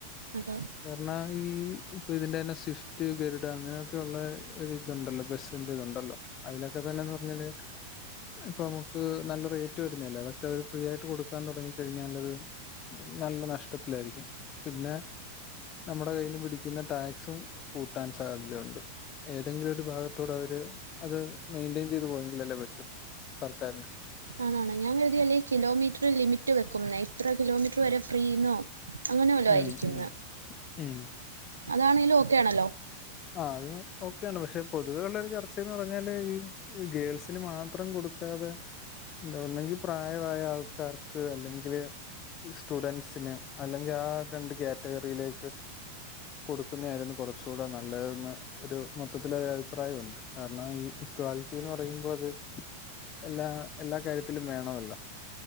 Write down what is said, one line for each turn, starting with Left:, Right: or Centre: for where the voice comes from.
Right: അതാ
Left: കാരണാ ഈ ഇപ്പൊ ഇതിന്റെ തന്നെ സ്വിഫ്റ്റ് ഗരുഡ അങ്ങനെയൊക്കെ ഉള്ള ഒരു ഇതുണ്ടല്ലോ ബസ്സിന്റെ ഇതുണ്ടല്ലോ അതിലൊക്കെ തന്നെന്ന് പറഞ്ഞാല് ഇപ്പൊ നമുക്ക് നല്ല റേറ്റ് വരുന്നല്ലോ അതൊക്കെ അവര് ഫ്രീ ആയിട്ട് കൊടുക്കാൻ തുടങ്ങി കഴിഞ്ഞാല് നല്ല നഷ്ടത്തിലായിരിക്കും പിന്നെ നമ്മുടെ കയ്യിന്ന് പിടിക്കുന്ന ടാക്സും കൂട്ടാൻ സാധ്യതയുണ്ട് ഏതെങ്കിലും ഒരു ഭാഗ ത്തൂടെ അവര് അത് മെയിന്റെയിൻ ചെയ്ത് പോയെങ്കിലല്ലേ പറ്റു സർക്കാരിന്.
Right: ആണാണ് ഞാൻ കരുതിയല്ലേ കിലോമീറ്റർ ലിമിറ്റ് വെക്കുംന്ന് എത്ര കിലോമീറ്റർ വരെ ഫ്രീന്നോ അങ്ങനെ വല്ലോ
Left: ഉം
Right: ആയിരിക്കും
Left: ഉം
Right: ന്ന്
Left: ഉം
Right: അതാണെലും ഓക്കെ ആണല്ലോ.
Left: ആഹ് അത് ഓക്കെയാണ് പക്ഷെ പൊതുവെ ഉള്ള ഒരു ചർച്ചയന്ന് പറഞ്ഞാല് ഇഹ് ഈ ഗേൾസിന് മാത്രം കൊടുക്കാതെ ഒന്നെങ്കി പ്രായവായ ആൾക്കാർക്ക് അല്ലെങ്കില് സ്റ്റുഡന്റ്സിന് അല്ലേ ങ്കി ആഹ് രണ്ട് കാറ്റഗറിയിലേക്ക് കൊടുക്കുന്നായിരുന്നു കുറച്ചു കൂടെ നല്ലതെന്ന്‌ ഒരു മൊത്തത്തില് ഒരു അഭിപ്രായമുണ്ട് കാരണം ഈ ഇക്വാളിറ്റി എന്ന് പറയുമ്പോ അത് എല്ലാ എല്ലാ കാര്യത്തിലും വേണമല്ലോ.